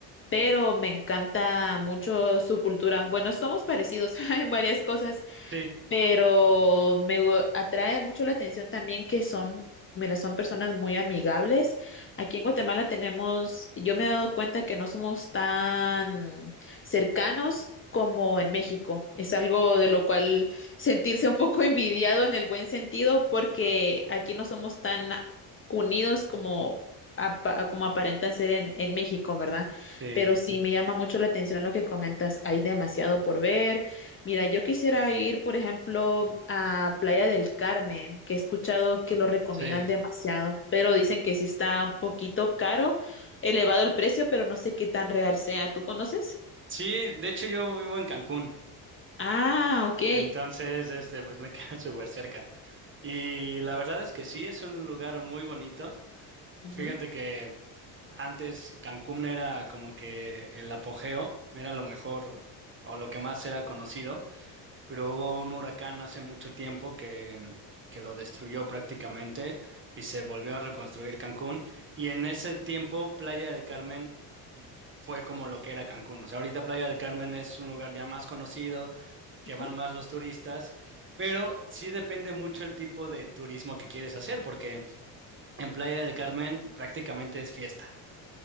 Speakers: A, on the left; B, on the right.
A: pero me encanta mucho su cultura. Bueno, somos parecidos <laughs> en varias cosas.
B: Sí.
A: pero me gu- atrae mucho la atención también que son, mira, son personas muy amigables. Aquí en Guatemala tenemos, yo me he dado cuenta que no somos tan cercanos como en México. Es algo de lo cual sentirse un poco envidiado en el buen sentido, porque aquí no somos tan unidos como... apa- como aparentan ser en, en México, ¿verdad?
B: Sí,
A: Pero sí me llama mucho la atención lo que comentas. Hay demasiado por ver. Mira, yo quisiera ir, por ejemplo, a Playa del Carmen, que he escuchado que lo recomiendan
B: sí.
A: demasiado, pero dicen que sí está un poquito caro, elevado el precio, pero no sé qué tan real sea. ¿Tú conoces?
B: Sí, de hecho yo vivo en Cancún,
A: Ah, ok.
B: entonces este pues me queda <laughs> súper cerca. Y la verdad es que sí, es un lugar muy bonito.
A: Ujú,
B: Fíjate que antes Cancún era como que el apogeo, era lo mejor o lo que más era conocido. pero hubo un huracán hace mucho tiempo que, que lo destruyó prácticamente y se volvió a reconstruir Cancún. Y en ese tiempo, Playa del Carmen fue como lo que era Cancún. O sea, ahorita Playa del Carmen es un lugar ya más conocido, que
A: ujú,
B: van más los turistas. Pero sí depende mucho el tipo de turismo que quieres hacer, porque en Playa del Carmen prácticamente es fiesta.